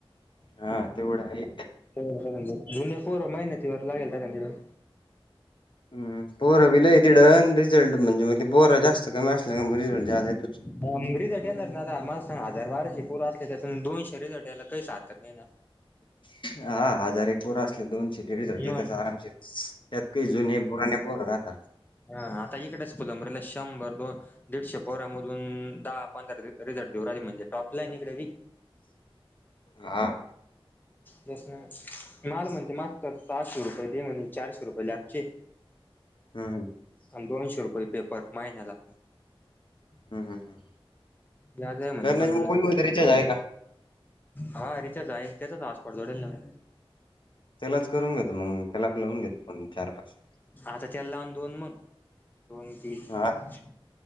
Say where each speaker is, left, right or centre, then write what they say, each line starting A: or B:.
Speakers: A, on the left; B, on the left.
A: हा तेवढं आहे
B: हा बरोबर जुने पोरं मेहनतीवर लागेल तिकडं
A: ह पोरं बि लई तिड न रिझल्ट म्हणजे मग ते पोर जास्त कमी असल्या म रिझल्ट जादा येतो.
B: <unintelligible> रिझल्ट येणार ना दा मला सांग हजार बाराशे पोर असले त्यातून दोनशे रिझल्ट यायला काहीच हरकत नाही ना.
A: हा हजार एक पोर असले दोनशे ते रिझल्ट
B: मग.
A: ते तस असतंय त्यात काही जुने पुराने पोर राहता
B: हा आता इकडेच शंभर दोन दीडशे पोऱ्या मधु अजुन दहा पंधरा री-रिझल्ट देऊ राहले म्हणजे टॉपला लाईन इकडे बी.
A: हा!
B: तेच ना माल म्हणते मास्तर सहाशे रुपये दे म्हणे चारशे रुपये लॅबचे.
A: हूं!
B: अन दोनशे रुपये पेपर महिन्याला.
A: हूं हूं हूं
B: व्याज आहे म्हणे
A: करण्या
B: पण
A: च्या मोबाईल मध्ये रिचार्ज आहे का?
B: हा रिचार्ज आहे, त्याचच हॉस्पॉट जोडेल म्या.
A: त्यालाच करून घेतो मंग त्याला लावून घेतो फोन. चार पाच.
B: आता त्याला लावन दोन मंग दोन तीनं.
A: हा